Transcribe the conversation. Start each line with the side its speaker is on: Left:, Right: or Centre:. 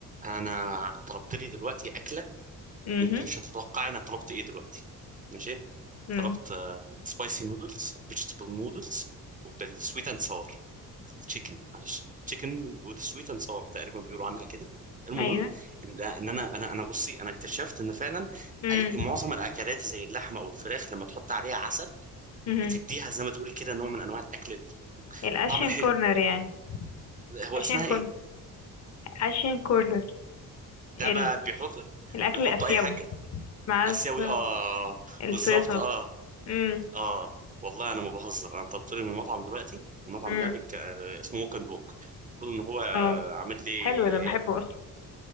Right: انا طلبت لي دلوقتي اكله
Left: امم
Right: انت مش هتتوقع انا طلبت ايه دلوقتي ماشي
Left: امم
Right: طلبت سبايسي نودلز فيجيتابل نودلز وبالسويت اند ساور بالتشيكن معلش تشيكن وذ سويت اند ساور تقريبا بيقولوا عنها كده المهم
Left: ايوه
Right: ان إن انا انا انا بصي انا اكتشفت ان فعلا
Left: امم
Right: اي معظم الاكلات زي اللحمه او الفراخ لما تحط عليها عسل
Left: امم
Right: بتديها زي ما تقولي كده نوع من انواع الاكل
Left: الاشين
Right: الطعم الحلو
Left: كورنر يعني
Right: هو
Left: اشين
Right: اسمها
Left: كورن
Right: ايه
Left: اشين كورنر ال...
Right: ده بقى بيحط
Left: الاكل
Right: بيحطوا
Left: الاسيوي
Right: اي حاجه
Left: مع
Right: اسيوي
Left: الص-
Right: اه
Left: الصويا
Right: بالظبط
Left: صوص
Right: اه
Left: امم
Right: اه والله انا ما بهزر انا طلبت لي من المطعم دلوقتي المطعم
Left: امم
Right: ده بك... آه، اسمه ووك اند ووك المفروض ان هو آه،
Left: اه
Right: عامل لي
Left: حلو ده بحبه
Right: إيه؟
Left: اصلا